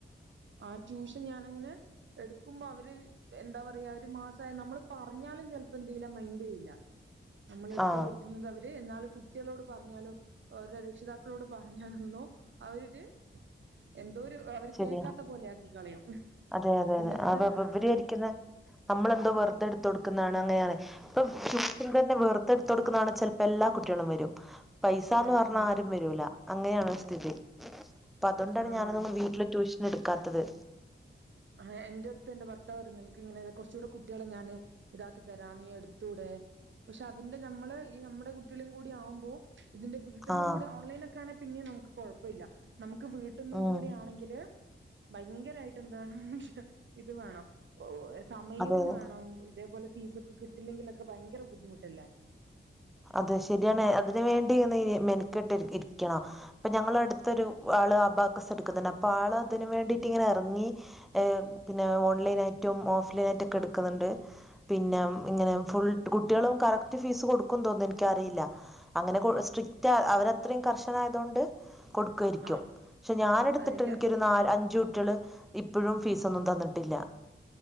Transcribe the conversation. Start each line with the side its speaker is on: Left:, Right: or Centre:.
Right: ആ ട്യൂഷൻ ഞാനങ്ങനെ എടുക്കുമ്പോ അവര് എന്താ പറയാ ഒരു മാസ ആയ നമ്മള് പറഞ്ഞാലും ചെലപ്പോ എന്തയ് ല മൈൻഡ് ചെയ്ല്ല നമ്മൾ എടുത്ത
Centre: ആഹ്
Right: കൊടുക്കുന്നത് അവര് എന്നാൽ കുട്ടികളോട് പറഞ്ഞാലോ ഓരെ രക്ഷിതാക്കളോട് പറഞ്ഞാലന്നോ അവരൊര് എന്തോ ഒരു അവർ
Centre: ശരിയാ
Right: കേക് ക്കാത്ത പോലെ ആക്കി കളയും
Centre: അതെ അതെ
Right: പിന്നെ
Centre: അതെ
Right: പിന്നെ
Centre: അവ
Right: ആ
Centre: ഇവര് വിചാരിക്കുന്നെ നമ്മളെന്തോ വെറുതെടുത്തു കൊടുക്കു ന്നതാണ് അങ്ങനെയാണ് ഇപ്പം <unintelligible> തന്നെ വെറ് തെ എടുത്ത്ടുകാണെങ്ക ചിലപ്പോ എല്ലാ കുട്ടികളും വരും പൈസന്ന്
Right: വരും
Centre: പറഞ്ഞ
Right: ഉം
Centre: ആരും വരൂല അങ്ങനെയാണ് സ്ഥിതി അപ്പൊ അതുണ്ടാണ്
Right: ആ
Centre: ഞാൻ
Right: അത്
Centre: വി ട്ടിൽ ട്യൂഷൻ എട്ക്കാത്തത്
Right: ഹേ എന്റെ അടുത്ത് എന്റെ ഭർത്താവ് ര്ന്നു നിനക്ക് ഇങ്ങെ കുറച്ചുകൂടെ കുട്ടികളെ ഞാൻ ഇതാക്കി തരാൻ നീ എടുത്തൂടെ പക്ഷെ അതിന്റെ നമ്മള് ഈ നമ്മുടെ കുട്ടികളു കൂടി ആവുമ്പോൾ ഇതിന്റെ വീട്ടിന്നും
Centre: ആഹ്
Right: കൂടി ഓൺലൈന ഒക്കെ ആണെങ്കി പിന്നെ നമുക്ക് കുഴപ്പല്ല നമുക്ക് വീട്ടിൽന്നും
Centre: ഉം
Right: കൂടി ആണെങ്കില് ഭയങ്കരായിട്ട് എന്താണ് ഇത് വേണം സമയും
Centre: അതെ അതെ
Right: വേണം ഇതേപോലെ ഫീസൊക്കെ കിട്ടില്ലെങ്കിലൊക്കെ ഭയങ്കര ബുദ്ധിമുട്ടല്ലേ
Centre: അതെ ശരിയാണ് അതിന് വേണ്ടി മെനക്കെട്ട് ഇരിക്കണം ഇപ്പ ഞങ്ങള അടുത്തൊരു ആള് അബാകസ് എടുക്കുന്നുണ്ട് അപ്പൊ ആള് അതിന് വേണ്ടിട്ട് ഇങ്ങനെ എറങ്ങി ഏഹ് പിന്നെ ഓൺലൈൻ ആയിട്ടും ഓഫ് ലൈൻ ആയിട്ടൊക്കെ എട്ക്ക്‌ന്ന്ണ്ട് പിന്നെ ഇങ്ങനെ ഫുൾ കുട്ട്യാളും കറക്റ്റ് ഫീസ് കൊടു ക്കും തോന്ന്ന്നു എനിക്കറിയില്ല അങ്ങനെ സ്ട്രിക്റ്റ് അവരത്രയും കർശനായതോണ്ട് കൊടുക്കായിരിക്കും
Right: ആ
Centre: പക്ഷെ ഞാന് എടുത്തിട്ട്
Right: അതൊക്കെ
Centre: എനിക്കൊരു നാല് അഞ്ച് കുട്ട്യാള് ഇപ്പഴും ഫീസ് ഒന്നും തന്നിട്ടില്ല